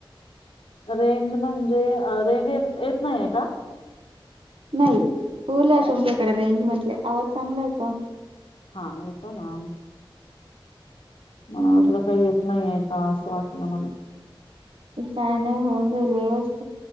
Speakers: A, on the left; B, on the right.
A: रेंज म्हणजे रेंज येत नाही आहे का?
B: नाही. रेंजमध्ये आवाज चांगला येतो.
A: हा येतो ना...
B: हम्म.
A: मला वाटलं काही येत नाही आहे का असं वाटलं मला...
B: काय नाही हो गेल्या वर्षी...